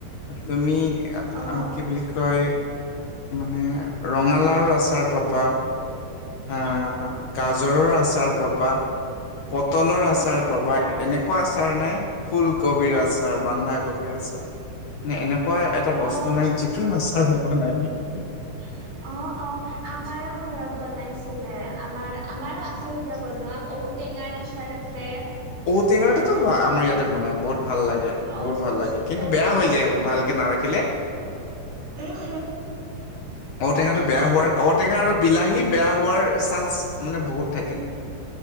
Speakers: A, on the left; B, on the right.
A: তুমি কি বুলি?
B: অ
A: কি বুলি কয় মানে ৰঙালাও আচাৰ পাবা। আহ
B: অ
A: গাজৰৰ আচাৰ পাবা। পটলৰ
B: ফুলকবিৰ
A: আচাৰ পাবা
B: আচাৰ
A: এনেকুৱা আচাৰ নাই। ফুলকবিৰ আচাৰ বন্ধাকবিৰ আচাৰ নে এনেকুৱা এটা
B: অ অ
A: বস্তু নাই যি আচাৰ নব নাই নে।
B: <inaudible> অ', অ' আমাৰো ঘৰত বনাইছিলে আমাৰ আমাৰো আছে এতিয়া বনোৱা ঔ টেঙাৰ আচাৰ আছে।
A: ঔটেঙা
B: তাৰপিছত
A: টো আমাৰ ইয়াতে বনাই বহুত ভাল লাগে।
B: ঔ
A: বহুত ভাল লাগে কিন্তু
B: ঔটেঙাৰ
A: বেয়া হৈ যায় এক ভালকে নাৰাখিলে।
B: উম, উম।
A: ঔ টেঙাটো বেয়া
B: ভাল
A: হোৱাৰ ঔ টেঙা আৰু বিলাহী বেয়া হোৱাৰ চান্স মানে বহুত থাকে।
B: উম,